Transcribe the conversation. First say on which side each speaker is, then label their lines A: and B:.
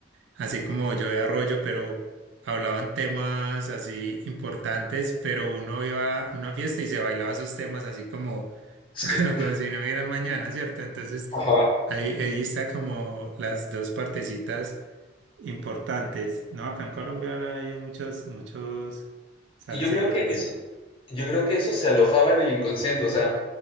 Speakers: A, on the right (about 70°); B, on the left (about 25°).
A: así como yo de Arroyo, pero hablaban temas así importantes, pero uno iba a una fiesta y se bailaba esos temas así como,
B: Sí.
A: <laughs> como, como si no hubiera mañana, ¿cierto? Entonces,
B: Ajá.
A: ahí, ahí está como las dos partecitas importantes. No, acá en Colombia han habido muchos, muchos salseros
B: Y yo creo que
A: buenos.
B: eso, yo creo que eso se alojaba en el inconsciente. O sea,